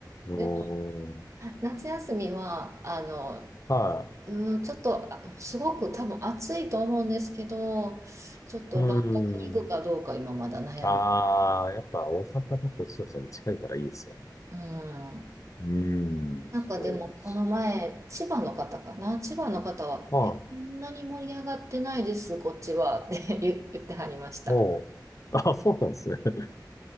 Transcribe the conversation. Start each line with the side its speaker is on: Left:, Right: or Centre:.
Left: うーん。
Right: で、夏休みは、あの、
Left: は
Right: うん、ちょっと、あすごく多分暑いと思うんですけど、ちょっと万博に行くかどうか今まだ悩んで、
Left: い。うーん。ああ、やっぱ大阪だとそうですね。近いからいいですよね。
Right: うん。
Left: うーん。
Right: なんかでも、
Left: そうです。
Right: この前、千葉の方かな、千葉の方は、
Left: はい。
Right: え、そんなに盛り上がってないです、こっちは、って言言ってはりました。
Left: もう、あ、そうなんですね。<laughs>